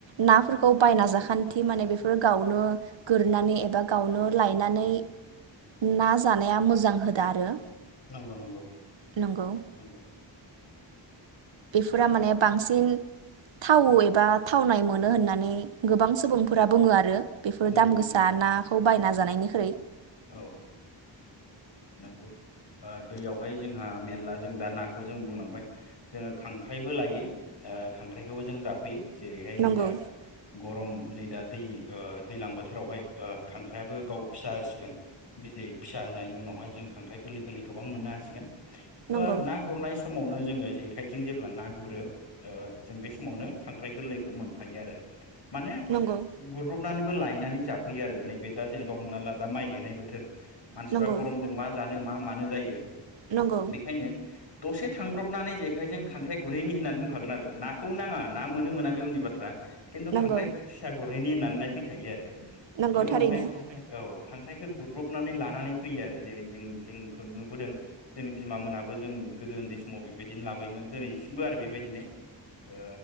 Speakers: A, on the right; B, on the left.
A: नाफोरखौ बायना जाखान्थि माने बे बेफोर गावनो गोरनानै एबा गावनो लायनानै ना जानाया मोजां होदा आरो
B: नंगौ नंगौ
A: नंगौ
B: नंगौ
A: बेफोरा
B: ओ
A: माने बांसिन थाव
B: औ
A: एबा थावनाय मो नो होननानै गोबां सुबुंफोरा बुङो आरो बेफोर
B: नंगौ
A: दाम
B: नंगौ
A: गोसा
B: नोंथां
A: नाखौ बायना जानायनि <unintelligible>
B: औ नोंगौ दैयावहाय जोंहा मेरला जों दा नाखौ जों बुंलांबाय जोङो खांख्राइबो लायो ओ खांख्राइखौबो जों जाफैयो। जेरैहाय
A: नंगौ
B: नै दा गरम नै दा दै ओ दैज्लां बोथोरावहाय ओ खांख्रायाबो गाव फिसा होसिगोन बिदै फिसा होनायनि उनाव हाय जों खांख्राइ गोरलै गोरलै गोबां मोननो हासिगोन। ओ
A: नंगौ
B: ना गुरनाय समावनो जोङो जेखाइजों जेब्ला ना गुरो ओ जों बे समावनो खांख्राइ गोरलैखो मोनफायो आरो माने
A: नंगौ
B: गुरब्रबनानै लायनानै जाफैयो आरो नैबे दा जेनेबा हमना ला दा माइ गायनाय बोथोर मानसिफ्रा
A: नंगौ
B: गरमजों मा जानो मा मानो नो जायो
A: नंगौ
B: बेखायनो दसे थांब्रबनानै जेखाइजों खांख्राइ गुरहैनि होननानै बुंखागोन आरो नाखौ नाङा ना मोनो मोना बे उननि बाथ्रा खिन्थु
A: नंगौ
B: खांख्राइ फिसा गुरहैनि होननानै फैखायो आरो
A: नंगौ
B: बे उनावहाय
A: थारैनो
B: खांख्राइ औ खांख्राइखो गुरब्रबनानै लानानै फैयो आरो जेरै जों जोंखौ नुबोदों जोंनि बिमोनाबो जों गोदो ओन्दै समाव बेबायदिनो लाबोयोमोन दोनैसिमबो आरो बेबायदिनो ओ